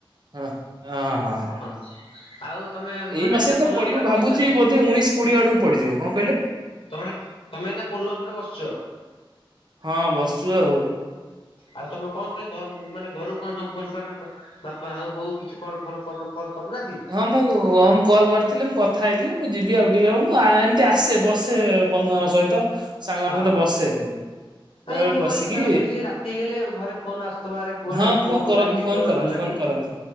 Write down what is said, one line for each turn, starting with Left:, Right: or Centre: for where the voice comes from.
Right: ହଁ, ଅ ହଁ, ହଁ,।
Left: ଆଉ, ତମେ
Right: ଏଇ
Left: ମାନେ
Right: ମାସରେ
Left: ଏଇନା
Right: ତ
Left: ପୋଲ
Right: ପଡିବ
Left: ଉପରେ
Right: ଭାବୁଛି
Left: ବସିଛନ୍ତି।
Right: ବୋଧେ ଉଣେଇଶ କୋଡିଏ ଆଡକୁ ପଡିଯିବ କଣ କହିଲେ?
Left: ତମେ! ତମେ ଏଇନା ପୋଲ ଉପରେ ବସିଛ?
Right: ହଁ, ବସିଛୁ ଆଉ।
Left: ଆଉ, ତମେ କଣ ପାଇଁ ଘ ମାନେ ଘରୁ କଣ, ତମ ଫୋନ୍ ଫାନ୍ ବାପା ହଉ, ବୋଉ କିଛି କଲ୍ ଫଲ୍ କରନ କଲ୍ କରିନାହାଁନ୍ତି?
Right: ହଁ ମୁଁ, ହଁ ମୁଁ କଲ୍ କରିଥ୍ ଥିଲେ, ମୁଁ କଥା ହେଇଥିଲି। ମୁଁ ଯିବି ଆଉ ଟିକେ ଆଉ ମୁଁ ଆ ଏମିତି ଆସେ, ବସେ, ବନ୍ଧୁମାନଙ୍କ ସହିତ। ସାଙ୍ଗମାନଙ୍କ
Left: ହଁ।
Right: ସହିତ ବସେ ମୁଁ।
Left: ନାଇଁ,
Right: ବେଳେ ବେଳେ
Left: ମୁଁ
Right: ବସିକି
Left: କହିଲି କାଳେ ବେଶୀ ରାତି ହେଇଗଲେ, ଘରେ ଫୋନ୍ ଆସଥିବଆରେ କୁଆଡେ
Right: ହଁ
Left: ପୁଅ
Right: ଫୋନ
Left: ଗଲାଣି,
Right: କରନ୍ତି ଫୋନ
Left: ଏତେବେଳ
Right: କରନ୍ତି
Left: ଗଲାଣି।
Right: ଫୋନ କରନ୍ତି।